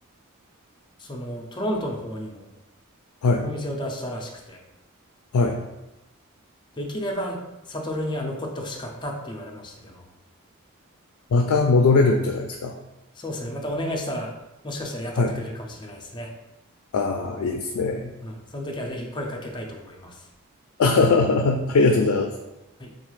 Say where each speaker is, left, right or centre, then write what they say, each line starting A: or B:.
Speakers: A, on the left; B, on the left.
A: その、トロントの方にも
B: はい、
A: お店を出したらしくて、
B: はい。
A: できれば、サトルには残ってほしかったって言われましたけど、
B: また戻れるんじゃないですか。
A: そうですね、またお願いしたら、もしかしたら雇ってくれるかもしれないですね。
B: はい。ああ、いいですね。
A: うん、その時はぜひ声かけたいと思います。
B: <laughs> ありがとうございます。
A: はい。